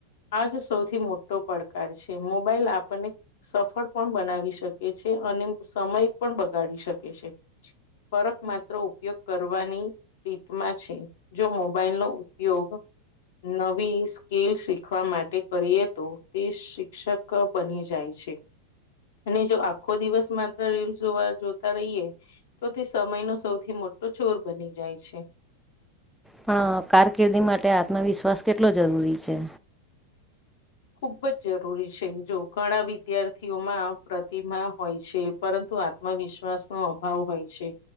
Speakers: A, on the left; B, in the centre.
A: આજ સૌથી મોટો પડકાર છે મોબાઈલ આપણને સફળ પણ બનાવી શકે છે અને સમય પણ બગાડી શકે છે <unintelligible> માત્ર ઉપયોગ કરવાની રીતમાં છે જો મોબાઈલ નો ઉપયોગ નવી સ્કીલ શીખવા માટે કરીએ તો તે શિક્ષક બની જાય છે. અને જો આખો દિવસ માત્ર રીલ જોવા જોતા રહીએ તો તે સમયનો સૌથી મોટો ચોર બની જાય છે.
B: પણ કારકિર્દી માટે આત્મવિશ્વાસ કેટલો જરૂરી છે?
A: ખૂબ જ જરૂરી છે જો ઘણા વિદ્યાર્થીઓમાં પ્રતિમાા હોય છે પરંતુ માં આત્મવિશ્વાસનો અભાવ હોય છે.